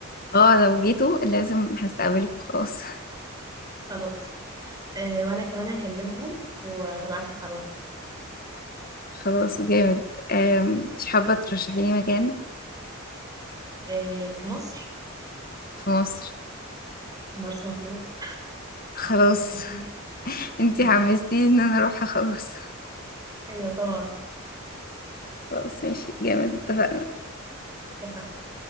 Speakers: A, on the left; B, on the right.
A: اه لو جيتوا لازم هستقبلكوا خلاص
B: خلاص آه وانا كمان هكلمهم وهبعت لك على الواتساب
A: <laughs> خلاص جامد آم، مش حابة ترشحي لي مكان
B: آه في مصر
A: في مصر
B: في مرسى مطروح
A: خلاص
B: اكيد
A: <laughs> انتي
B: ماشي
A: حمستيني ان انا اروحها خلاص
B: ايوه طبعا
A: خلاص ماشي جامد اتفقنا
B: ماشي اتفقنا